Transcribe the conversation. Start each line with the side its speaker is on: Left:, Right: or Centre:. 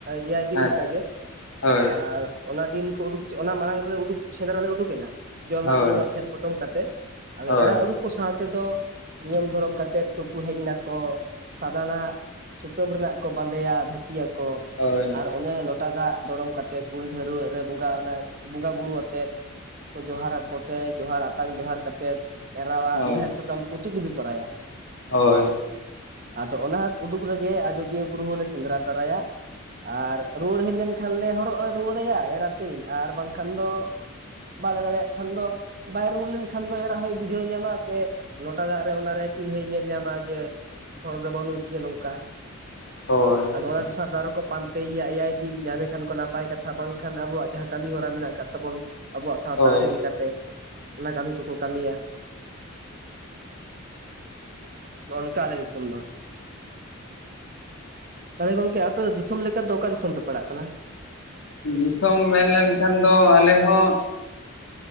Right: ᱮᱭᱟᱭ ᱫᱤᱱ
Left: ᱦᱮᱸ
Right: ᱞᱮᱠᱟ ᱜᱮ
Left: ᱦᱳᱭ
Right: ᱟᱨ ᱚᱱᱟ ᱫᱤᱱ ᱠᱚ ᱩᱰᱩᱠ ᱚᱱᱟ ᱢᱟᱲᱟᱝ ᱨᱮᱞᱮ ᱩᱰᱩᱠ ᱥᱮᱸᱫᱽᱨᱟ ᱞᱮ ᱩᱰᱩᱠ ᱮᱱᱟ ᱡᱚᱢᱟᱜ
Left: ᱦᱳᱭ ᱦᱳᱭ
Right: ᱧᱩᱣᱟᱜ ᱜᱷᱮᱸᱴ ᱯᱚᱴᱚᱢ ᱠᱟᱛᱮᱫ, ᱟᱫᱚ
Left: ᱦᱳᱭ
Right: ᱮᱨᱟ ᱩᱨᱩ ᱠᱚ ᱥᱟᱶ ᱛᱮᱫᱚ ᱱᱤᱭᱚᱢ ᱫᱷᱚᱨᱚᱢ ᱠᱟᱛᱮᱫ ᱛᱩᱯᱩ ᱦᱮᱡ ᱱᱟᱠᱚ ᱥᱟᱫᱟᱱᱟᱜ ᱥᱩᱛᱟᱹᱢ ᱨᱮᱱᱟᱜ ᱠᱚ ᱵᱟᱸᱫᱮᱭᱟ ᱫᱷᱩᱛᱤᱭᱟᱠᱚ
Left: ᱦᱳᱭ ᱦᱳᱭ ᱦᱳᱭ ᱦᱳᱭ ᱦᱳᱭ
Right: ᱟᱨ ᱚᱱᱮ ᱞᱚ ᱴᱟ ᱫᱟᱜ ᱫᱚᱲᱚᱢ ᱠᱟᱛᱮᱜ ᱩᱞ ᱰᱷᱟᱹᱨᱣᱟᱹᱜ ᱨᱮ ᱵᱚᱸᱜᱟ ᱚᱱᱟ ᱵᱚᱸᱜᱟ ᱵᱩᱨᱩ ᱟᱛᱮᱜ ᱠᱚ ᱡᱚᱦᱟᱨᱟ, ᱠᱚᱛᱮ ᱡᱚᱦᱟᱨ ᱟᱛᱟᱝ ᱵᱮᱣᱦᱟᱨ ᱠᱟᱛᱮᱫ ᱮᱨᱟᱣᱟᱜ
Left: ᱦᱳᱭ
Right: ᱢᱮᱬᱦᱮᱫ ᱥᱟᱠᱟᱢ ᱠᱚ ᱛᱩᱫ ᱤᱫᱤ ᱛᱚᱨᱟᱭᱟ
Left: ᱦᱳᱭ ᱾
Right: ᱟᱫᱚ ᱚᱱᱟ ᱩᱰᱩᱠ ᱨᱮᱜᱮ ᱟᱡᱳᱫᱤᱭᱟᱹ ᱵᱩᱨᱩ ᱦᱚᱸᱞᱮ ᱥᱮᱸᱫᱽᱨᱟ ᱛᱟᱨᱟᱭᱟ, ᱟᱨ ᱨᱩᱣᱟᱹᱲ ᱦᱮᱡ ᱞᱮᱱᱠᱷᱟᱱ ᱞᱮ ᱦᱚᱨᱚᱜ ᱨᱩᱣᱟᱹᱲ ᱟᱭᱟ ᱮᱨᱟᱛᱤᱧ ᱟᱨ ᱵᱟᱝᱠᱷᱟᱱ ᱫᱚ ᱵᱟᱞᱮ ᱫᱟᱲᱮᱭᱟᱜ ᱠᱷᱟᱱ ᱫᱚ ᱵᱟᱭ ᱨᱩᱣᱟᱲ ᱞᱮᱱ ᱠᱷᱟᱱ ᱫᱚ ᱮᱨᱟᱜ ᱦᱚᱸᱭ ᱵᱩᱡᱷᱟᱹᱣ ᱧᱟᱢᱟ ᱥᱮ ᱞᱚᱴᱟ ᱫᱟᱜ ᱨᱮ ᱚᱱᱟᱨᱮ ᱪᱤᱱᱦᱟᱹ ᱧᱮᱞ ᱧᱟᱢᱟ ᱡᱮ ᱦᱚᱲ ᱫᱚ ᱵᱟᱹᱱᱩᱭ ᱛᱤᱧᱟᱹ ᱱᱚᱝᱠᱟ
Left: ᱚ
Right: ᱟᱫᱚ ᱚᱱᱟ ᱫᱚ ᱥᱟᱨ ᱫᱟ ᱟᱨᱚ ᱠᱚ ᱯᱟᱱᱛᱮᱭᱟ ᱮᱭᱟᱭ ᱫᱤᱱ ᱧᱟᱢᱮ ᱠᱷᱟᱱ ᱠᱚ ᱱᱟᱯᱟᱭ ᱠᱟᱛᱷᱟ ᱵᱟᱝᱠᱷᱟᱱ ᱟᱵᱚᱣᱟᱜ ᱡᱟᱦᱟᱸ ᱠᱟᱹᱢᱤ ᱦᱚᱨᱟ ᱢᱮᱱᱟᱜ ᱟᱠᱟᱫ ᱛᱟᱵᱚᱱ ᱛᱟᱵᱚᱱ ᱟᱵᱚᱣᱟᱜ ᱥᱟᱶᱛᱟ
Left: ᱚ
Right: ᱟᱹᱨᱤ ᱞᱮᱠᱟᱛᱮ ᱚᱱᱟ ᱠᱟᱹᱢᱤ ᱠᱚᱠᱚ ᱠᱟᱹᱢᱤᱭᱟ, ᱱᱚᱜ-ᱚ ᱱᱚᱝᱠᱟ ᱟᱞᱮ ᱫᱤᱥᱚᱢ ᱫᱚ ᱾ ᱛᱟᱦᱚᱞᱮ ᱜᱚᱝᱠᱮ ᱟᱯᱮ ᱫᱚ ᱫᱤᱥᱚᱢ ᱞᱮᱠᱟ ᱛᱮ ᱫᱚ ᱚᱠᱟ ᱫᱤᱥᱚᱢ ᱯᱮ ᱯᱟᱲᱟᱜ ᱠᱟᱱᱟ?
Left: ᱫᱤᱥᱚᱢ ᱢᱮᱱ ᱞᱮᱱᱠᱷᱟᱱ ᱫᱚ ᱟᱞᱮ ᱦᱚᱸ,